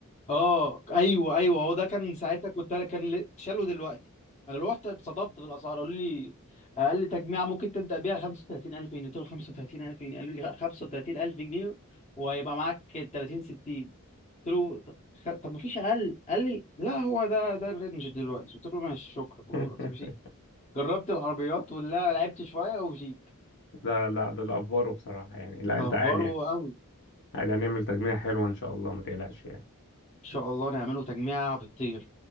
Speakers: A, on the left; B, on the left.
A: اه ايوه ايوه هو ده كان ساعتها كنت انا كان ل- شالوا دلوقتي انا رحت اتصدمت بالاسعار قالوا لي اقل تجميعه ممكن تبدا بيها 35000 جنيه قلت له 35000 جنيه قالوا لي 35000 جنيه وهيبقى معاك 30 60 قلت له طب طب ما فيش اقل قال لي لا هو ده ده الرينج دلوقتي قلت له ماشي شكرا
B: <laughs>
A: جربت العربيات ولا لعبت شويه وجيت
B: ده لا ده الافبارو بصراحة يعني لا انت
A: افوره
B: عادي يعني
A: قوي ان
B: عادي هنعمل تجميع حلوة ان شاء الله ما تقلقش يعني
A: شاء الله نعمله تجميعه بتطير